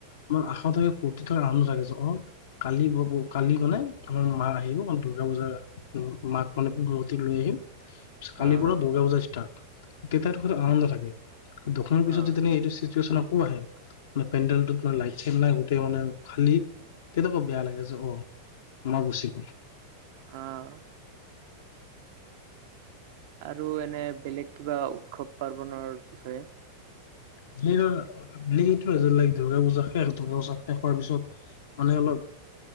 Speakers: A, on the left; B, on the right.
A: মনত আশা থাকে ফূৰ্তি থকা আনন্দ থাকে যে অ'। কালি কালি মানে আমাৰ মা আহিব অন্ত দুৰ্গা বজাৰ মাক মানে মূৰ্তি লৈ আহিম কালিৰ
B: অ',
A: পৰা দুৰ্গা পূজা ষ্টাৰ্ট। তেতিয়া থকাটো আনন্দ থাকে দশমিৰ পিছত
B: অ'।
A: যেতিয়ানে এইটো ছিকুৱেন্স আকৌ আহে মানে পেণ্ডেলটোত মানে লাইট চাই নাই গোটেই মানে খালী তেতিয়া বৰ বেয়া লাগেছে অ মা গুচি গল।
B: অ'। আৰু এনে বেলেগ কিবা উৎসৱ পাৰ্বনৰৰ বিষয়ে।
A: <unintelligible> দুৰ্গা পূজা শেষ দুৰ্গা পূজা শেষ হোৱাৰ পিছত মানে অলপ